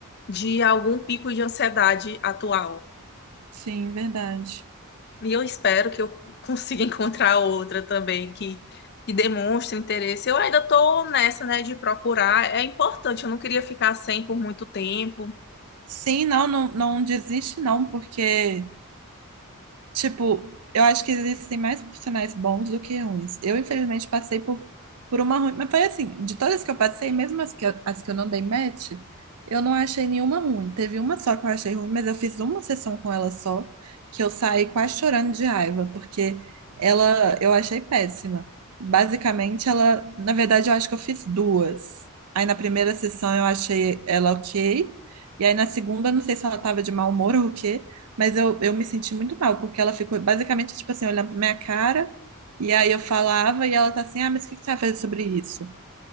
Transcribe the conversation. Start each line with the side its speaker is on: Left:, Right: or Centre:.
Left: de algum pico de ansiedade atual.
Right: sim, verdade.
Left: E eu espero que eu consiga <laughs> encontrar outra também que, que demonstre interesse. Eu ainda tô nessa, né, de procurar. É importante, eu não queria ficar sem por muito tempo.
Right: Sim, não, não, não desiste, não, porque Tipo, eu acho que existem mais profissionais bons do que ruins. Eu, infelizmente, passei por, por uma ruim, mas foi assim, de todas que eu passei, mesmo as que, eu- as que eu não dei match, eu não achei nenhuma ruim. Teve uma só que eu achei ruim, mas eu fiz uma sessão com ela só, que eu saí quase chorando de raiva, porque ela eu achei péssima. Basicamente, ela, na verdade, eu acho que eu fiz duas. Aí na primeira sessão eu achei ela ok, e aí na segunda, não sei se ela tava de mau humor ou o quê. Mas eu, eu me senti muito mal, porque ela ficou basicamente, tipo assim, olhando pra minha cara, e aí eu falava, e ela tá assim, ah, mas o que que você vai fazer sobre isso?